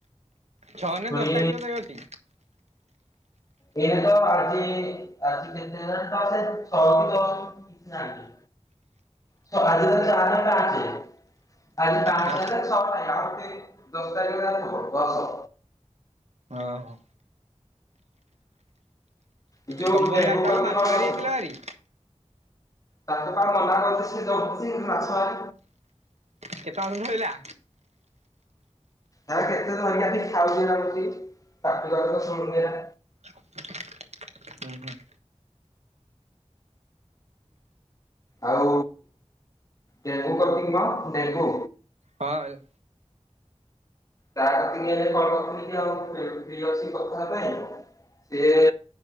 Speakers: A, on the right; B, on the left.
A: ଛଅ ନା
B: ପୁଣି
A: ଦଶ ତାରିଖ ଯାଏଁ ଅଛି?
B: ଏଇନେ ତ ଆଜି ଆଜି କେତେ ହେଲାଣି ତ ସେଇ ଛ କି ଦଶ ମୁଁ ଠିକ୍ ସେ ଜାଣିନି। ଛ ଆଜି ଧର ଚାରି ପାଞ୍ଚ ଆଜି ପାଞ୍ଚ
A: ହଁ
B: ହେଲେ ଛ ନାଇ ଆଉ ଟିକେ ଦଶ ତାରିଖ ଯାଏଁ ରହିଥିବ ଦସ।
A: ଓହୋ।
B: ଏ ଯୋଉ
A: ତମ୍ବୁ
B: ଡେଙ୍ଗୁ
A: ହିଆଡେ ତାହେଲେ
B: ପ୍ରତି
A: ମାଛ ମାରି ଯାଇଥିଲା ହେରି।
B: ତାକୁ ପା ମୁଁ ମନା କରିଛି ସେ ଯାଉଚି ମାଛ ଆ
A: କେତେ ମାଛ ଧରିଲା?
B: ହେ କେତେ ଧରିଲା ସେଠି ଖାଉଛି ତାର ବସି ତାକୁ କହିଲେ ତ ଶୁଣୁନି ନା।
A: ହୁଁ ହୁଁ।
B: ଆଉ ଡେଗୁ କତିକ କଣ ଡେଗୁ।
A: ହଁ
B: ତା କତିକି ଏଇନେ କଲ୍ କରିଥିଲି କି ଆଉ ଫ୍ରି ଫ୍ରି ଅଛି କଥା ହବା ପାଇଁ। ସିଏ